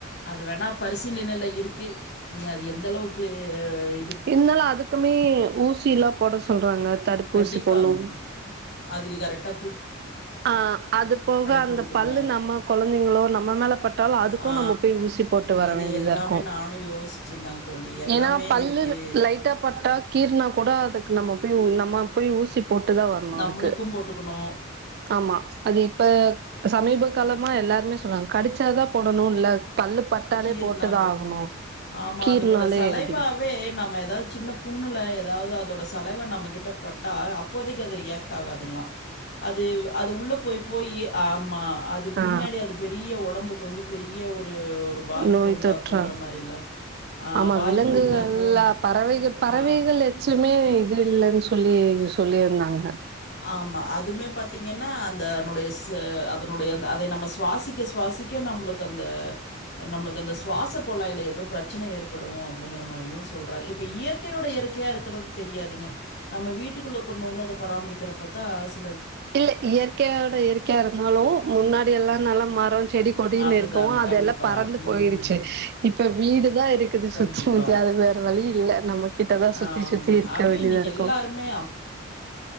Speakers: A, on the left; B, on the right.
A: அது வேணா பரிசீலனையில இருக்கு நீ அது எந்தளவுக்கு <unintelligible>
B: இருந்தாலு அதுக்குமே ஊசிலா போட சொல்றாங்க தடுப்பூசி
A: கண்டிப்பாங்க
B: போட்ணு
A: அதுக்கு கரெக்ட்டா
B: ஆ அது போக அந்த
A: குடுக்கணு
B: பல்லு நம்ம கொழந்தைங்களோ நம்ம மேல பட்டாலோ அதுக்கு
A: ஆ
B: நம்ம போய் ஊசி போட்டு வர
A: இது
B: வேண்டியதா
A: எல்லாமே
B: இருக்கு
A: நானு யோசிச்சிருந்தேங் தோழி எல்லாமே
B: ஏன்னா பல்லு
A: இருக்கு
B: லைட்டா பட்டா கீர்னா கூட அதுக்கு நம்ம போய் <unintelligible> போய் ஊசி போட்டுதா வரணு
A: நம்மளுக்கு
B: அதுக்கு
A: போட்டுக்கணு
B: ஆமா அது இப்ப சமீப காலமா எல்லாருமே சொல்லறாங்க கடிச்சாதா போடணுன்னு இல்ல பல்லு பட்டாலே
A: கீர்னாவே
B: போட்டுதா ஆகணு
A: ம் ஆமா
B: கீர்னாலே
A: அதனோட செலைவாவே
B: அப்டின்னு
A: நம்ம எதாவது சின்ன புண்ணுல எதாவது அதோட செலைவா நம்ம கிட்டப்பட்டா அப்போதைக்கு அது ரியாக்ட் ஆகாதுங்களா அது அது உள்ள போய் போயி ஆமா அது
B: ஆ
A: பின்னாடி அது பெரிய <unintelligible> ஒடம்புக்கு வந்து பெரிய ஒரு ஒரு பாதிப்பு
B: நோய்
A: உண்டாக்குங்கிற
B: தொற்றா
A: மாரில்ல ஆ
B: ஆமா
A: பாதிப்பு
B: விலங்குகள்ல
A: உண்டாக்கும்
B: பறவைகள் பறவைகள்
A: ஆ
B: எச்சமே இது இல்லைன்னு சொல்லி சொல்லிருந்தாங்க
A: ஆமா அதுமே பாத்தீங்கன்னா அந்தனுடைய சே அதனுடைய அத் அத நம்ம சுவாசிக்க சுவாசிக்க நம்மளுக்கு அந்த நம்மளுக்கு அந்த சுவாச குழாயில எதோ பிரச்சன ஏற்படு அப்டிங்கிற மாரியு சொல்றாங்க இப்ப இயற்கையோட இயற்கையா இருக்கிறது தெரியாதுங்க நம்ம வீட்டுக்குள்ள கொண்டு வந்து அத பராமரிக்கிறப்பத்த அஸ்
B: <unintelligible> இயற்கையோட இயற்கையா இருந்தாலு முன்னாடி எல்லா நல்லா மரஞ்சி செடி கொடின்னு
A: அதுதாங்க.
B: இருக்கோ அதெல்லாம்
A: கண்டிப்பா.
B: பறந்து
A: ம்.
B: போயிடுச்சு இப்ப வீடுதான் இருக்குது
A: கண்டிப்பா.
B: சுத்தி முத்தி அதுக்கு வேற வழி இல் நம்ம கிட்டதான் சுத்தி
A: ஆமாங்க.
B: சுத்தி இருக்க
A: அதுவும்
B: வேண்டியதா
A: இன்னைக்கு
B: இருக்கும்
A: எல்லாருமே